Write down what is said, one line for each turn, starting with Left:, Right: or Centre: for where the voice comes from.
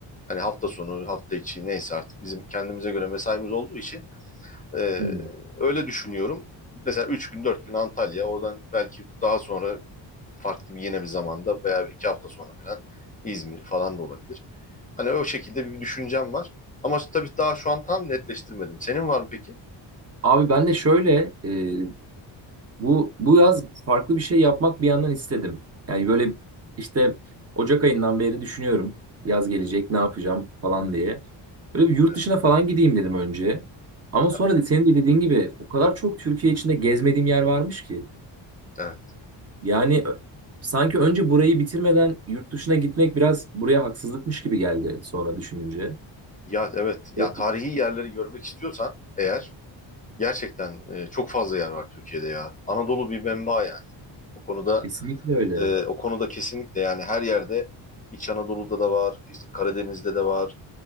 Left: Hani hafta sonu, hafta içi neyse artık bizim kendimize göre mesaimiz olduğu için ee,
Right: Hı.
Left: öyle düşünüyorum. Mesela 3 gün 4 gün Antalya oradan belki daha sonra farklı bir yine bir zamanda veya 2 hafta sonra falan İzmir falan da olabilir. Hani o şekilde bir düşüncem var. Ama tabii daha şu an tam netleştirmedim. Senin var mı peki?
Right: Abi ben de şöyle e, bu bu yaz farklı bir şey yapmak bir yandan istedim. Yani böyle işte Ocak ayından beri düşünüyorum. Yaz gelecek ne yapacağım falan diye. Böyle bir yurt
Left: Evet.
Right: dışına falan gideyim dedim önce. Ama sonra
Left: Ha,
Right: da senin de dediğin gibi o kadar çok Türkiye içinde gezmediğim yer varmış ki.
Left: evet.
Right: Yani ö- sanki önce burayı bitirmeden yurt dışına gitmek biraz buraya haksızlıkmış gibi geldi sonra düşününce.
Left: Ya evet. Ya
Right: Evet.
Left: tarihi yerleri görmek istiyorsan eğer gerçekten e, çok fazla yer var Türkiye'de ya. Anadolu bir menba yani. O konuda
Right: Kesinlikle öyle.
Left: e, o konuda kesinlikle yani her yerde İç Anadolu'da da var, işte Karadeniz'de de var,